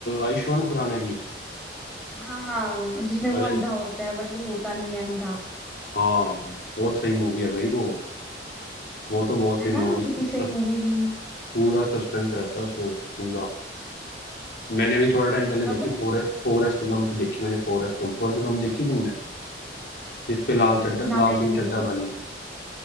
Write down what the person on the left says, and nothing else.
आयुष्मान खुराना की
अरे
हाँ बहुत सही मूवी है भाई वो वो तो बहुत
सही
मूवी
पूरा सस्पेंस रहता है उसमें पूरा मैंने अभी थोड़ा टाइम पहले देखी
फोरे, फॉरेस्ट गंप देखी मैंने फॉरेस्ट गंप फॉरेस्ट गंप देखी तुमने जिस पे लाल चड्ढा
लाल सिंह
चड्ढा बनी है